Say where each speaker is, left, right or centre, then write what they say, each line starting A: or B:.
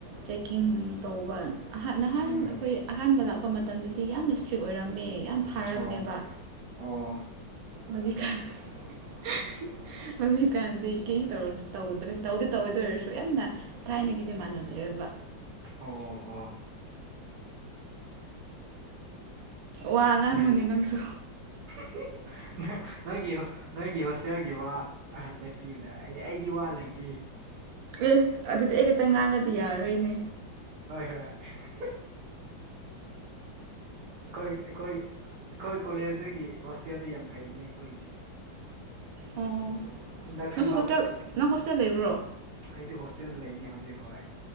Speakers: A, on the right; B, on the right.
A: ꯆꯦꯛꯀꯤꯡ ꯇꯧꯕ ꯑꯍꯥꯟ ꯅꯍꯥꯟ
B: ꯎꯝ
A: ꯑꯈꯣꯏ ꯑꯍꯥꯟꯕ ꯂꯥꯛꯄ ꯃꯇꯝꯗꯗꯤ ꯌꯥꯝꯅ ꯏꯁꯇ꯭ꯔꯤꯛ ꯑꯣꯏꯔꯝꯃꯦ ꯌꯥꯝ ꯊꯥꯔꯝꯃꯦꯕ
B: ꯑꯣ ꯑꯣ
A: ꯍꯧꯖꯤꯛꯀꯥꯟ <unintelligible> ꯍꯧꯖꯤꯛꯀꯥꯟꯗꯤ ꯀꯩꯁ ꯇꯧ ꯇꯧꯗꯔꯦ ꯇꯧꯗꯤ ꯇꯧꯋꯦ ꯑꯗꯨ ꯑꯣꯏꯔꯁꯨ ꯌꯥꯝꯅ ꯊꯥꯏꯅꯒꯤꯗꯤ ꯃꯥꯟꯅꯗ꯭ꯔꯦꯕ
B: ꯑꯣ ꯑꯣ
A: ꯋꯥ ꯉꯥꯡꯉꯨꯅꯦ
B: ꯐꯩ
A: ꯅꯪꯁꯨ
B: <unintelligible> ꯅꯣꯏꯒꯤ ꯅꯣꯏꯒꯤ ꯍꯣꯁꯇꯦꯜꯒꯤ ꯋꯥ ꯑ ꯂꯦꯞꯄꯤꯌꯨꯗ ꯑꯩ ꯑꯩꯗꯤ ꯋꯥ ꯂꯩꯇꯦ
A: ꯑꯦ ꯑꯗꯨꯗꯤ ꯑꯩ ꯈꯛꯇꯪ ꯉꯥꯡꯉꯗꯤ ꯌꯥꯔꯔꯣꯏꯅꯦ
B: <unintelligible> ꯑꯩꯈꯣꯏ ꯑꯩꯈꯣꯏ ꯑꯩꯈꯣꯏ ꯀꯣꯂꯦꯖꯇꯒꯤ ꯍꯣꯁꯇꯦꯜꯗꯤ ꯌꯥꯝ ꯐꯩꯅꯦ ꯑꯩꯈꯣꯏꯒꯤꯗꯤ
A: ꯑꯣ
B: ꯏꯟꯗꯛꯁꯟ
A: ꯅꯪꯁꯨ
B: ꯐꯥꯎ
A: ꯍꯣꯁꯇꯦꯜ ꯅꯪ ꯍꯣꯁꯇꯦꯜ ꯂꯩꯕ꯭ꯔꯣ
B: ꯑꯩꯁꯨ ꯍꯣꯁꯇꯦꯜ ꯂꯩꯅꯤ ꯍꯧꯖꯤꯛ ꯍꯣꯏ